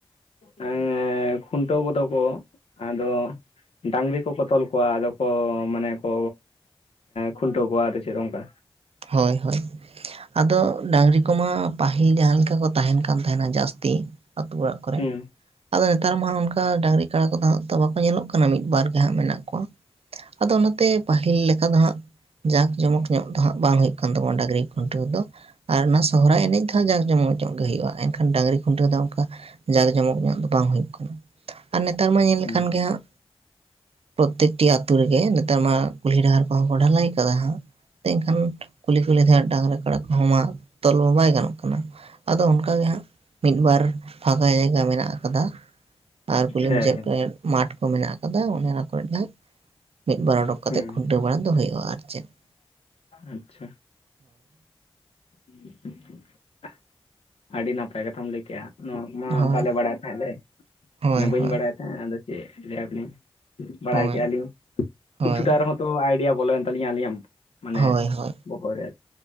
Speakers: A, on the left (about 80°); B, on the right (about 80°).
A: ᱦᱮᱸ ᱠᱷᱩᱱᱴᱟᱹᱣ ᱠᱚᱫᱚ ᱠᱚ ᱟᱫᱚ ᱰᱟᱝᱜᱨᱤ ᱠᱚᱠᱚ ᱛᱚᱞ ᱠᱚᱣᱟ ᱟᱫᱚ ᱠᱚ ᱢᱟᱱᱮ ᱠᱚ ᱠᱷᱩᱱᱴᱟᱹᱣ ᱠᱚᱣᱟ ᱟᱫᱚ ᱪᱮᱫ ᱚᱱᱠᱟ?
B: ᱦᱚᱭ ᱦᱚᱭ ᱟᱫᱚ ᱰᱟᱝᱜᱨᱤ ᱠᱚᱢᱟ ᱯᱟᱹᱦᱤᱞ ᱡᱟᱦᱟᱸ ᱞᱮᱠᱟ ᱠᱚ ᱛᱟᱦᱮᱱ ᱠᱟᱱ ᱛᱟᱦᱮᱱᱟ ᱡᱟᱹᱥᱛᱤ ᱟᱹᱛᱩ ᱚᱲᱟᱜ ᱠᱚᱨᱮ
A: ᱦᱩᱸ
B: ᱾ ᱟᱫᱚ ᱱᱮᱛᱟᱨ ᱢᱟ ᱚᱱᱠᱟ ᱰᱟᱝᱜᱨᱤ ᱠᱟᱰᱟ ᱠᱚᱫᱚ ᱦᱟᱸᱜ ᱛᱚ ᱵᱟᱠᱚ ᱧᱮᱞᱚᱜ ᱠᱟᱱᱟ ᱢᱤᱫ ᱵᱟᱨ ᱜᱮ ᱦᱟᱸᱜ ᱢᱮᱱᱟᱜ ᱠᱚᱣᱟ ᱾ ᱟᱫᱚ ᱱᱚᱛᱮ ᱯᱟᱹᱦᱤᱞ ᱞᱮᱠᱟ ᱫᱚ ᱦᱟᱸᱜ ᱡᱟᱠ ᱡᱚᱢᱚᱠ ᱧᱚᱜ ᱫᱚ ᱦᱟᱸᱜ ᱵᱟᱝ ᱦᱩᱭᱩᱜ ᱠᱟᱱ ᱛᱟᱵᱚᱱᱟ ᱰᱟᱜᱨᱤ ᱠᱷᱩᱱᱴᱟᱹᱣ ᱫᱚ ᱟᱨ ᱚᱱᱟ ᱥᱚᱦᱚᱨᱟᱭ ᱮᱱᱮᱡ ᱫᱚᱦᱚᱸ ᱡᱟᱠ ᱡᱚᱢᱚᱠ ᱧᱚᱜ ᱜᱮ ᱦᱩᱭᱩᱜᱼᱟ ᱾ ᱮᱱᱠᱷᱟᱱ ᱰᱟᱝᱜᱨᱤ ᱠᱷᱩᱱᱴᱟᱹ ᱫᱚ ᱚᱱᱠᱟ ᱡᱟᱠ ᱡᱚᱢᱚᱠ ᱧᱚᱜ ᱫᱚ ᱵᱟᱝ ᱦᱩᱭᱩᱜ ᱠᱟᱱᱟ ᱾ ᱟᱨ ᱱᱮᱛᱟᱨ ᱢᱟ ᱧᱮᱞ
A: ᱦᱩᱸ
B: ᱞᱮᱠᱷᱟᱱ ᱜᱮᱦᱟᱸᱜ ᱯᱨᱚᱛᱮᱠᱴᱤ ᱟᱛᱩ ᱨᱮᱜᱮ ᱱᱮᱛᱟᱨ ᱢᱟ ᱠᱩᱞᱦᱤ ᱰᱟᱦᱟᱨ ᱠᱚᱦᱚᱸ ᱠᱚ ᱰᱷᱟᱞᱟᱭ ᱠᱟᱫᱟ ᱦᱟᱸᱜ ᱠᱷᱟᱱ ᱠᱩᱞᱦᱤ ᱠᱩᱞᱤ ᱛᱮ ᱦᱟᱜ ᱰᱟᱝᱜᱨᱟ ᱠᱟᱰᱟ ᱠᱚᱦᱚᱸ ᱢᱟᱜ ᱛᱚᱞ ᱢᱟ ᱵᱟᱭ ᱜᱟᱱᱚᱜ ᱠᱟᱱᱟ ᱟᱫᱚ ᱚᱱᱠᱟ ᱜᱮ ᱦᱟᱸᱜ ᱢᱤᱫ ᱵᱟᱨ ᱯᱷᱟᱠᱟ ᱡᱟᱭᱜᱟ ᱢᱮᱱᱟᱜ ᱟᱠᱟᱫᱟ ᱟᱨ ᱠᱩᱞᱦᱤ
A: ᱦᱮᱸ
B: ᱢᱩᱪᱟᱹᱫ ᱠᱚᱨᱮ ᱢᱟᱴᱷ ᱠᱚ ᱢᱮᱱᱟᱜ ᱠᱟᱫᱟ ᱚᱱᱮ ᱚᱱᱟ ᱠᱚᱨᱮ ᱱᱟᱜ ᱢᱤᱫ ᱵᱟᱨ ᱚᱰᱚᱠ ᱠᱟᱛᱮᱫ
A: ᱦᱩᱸ
B: ᱠᱷᱩᱱᱴᱟᱹᱣ ᱵᱟᱲᱟ ᱫᱚ ᱦᱩᱭᱩᱜᱼᱟ ᱟᱨ ᱪᱮᱫ ᱾
A: ᱟᱪᱪᱷᱟ ᱾ ᱟᱰᱤ ᱱᱟᱯᱟᱭ ᱠᱟᱛᱷᱟᱢ ᱞᱟᱹᱭ ᱠᱮᱜᱼᱟ ᱾ ᱱᱚᱣᱟ ᱢᱟ
B: ᱦᱳᱭ
A: ᱵᱟᱞᱮ ᱵᱟᱰᱟᱭ ᱛᱟᱦᱮᱸ ᱞᱮ
B: ᱦᱳᱭ
A: ᱢᱟᱱᱮ ᱵᱟᱹᱧ
B: ᱦᱳᱭ
A: ᱵᱟᱰᱟᱭ ᱛᱟᱦᱮᱸ ᱟᱫᱚ ᱪᱮᱫ ᱞᱟᱹᱭᱟᱵᱤᱱ ᱵᱟᱰᱟᱭ
B: ᱦᱳᱭ
A: ᱠᱮᱫᱼᱟ ᱞᱤᱧ
B: ᱦᱳᱭ
A: ᱠᱤᱪᱷᱩᱴᱟ ᱨᱮᱦᱚᱸ ᱛᱚ ᱟᱭᱰᱤᱭᱟ ᱵᱚᱞᱚᱭᱮᱱ ᱛᱟᱞᱤᱧᱟ ᱟᱹᱞᱤᱧᱟ ᱢᱟᱱᱮ
B: ᱦᱳᱭ ᱦᱳᱭ
A: ᱵᱚᱦᱚᱜ ᱨᱮ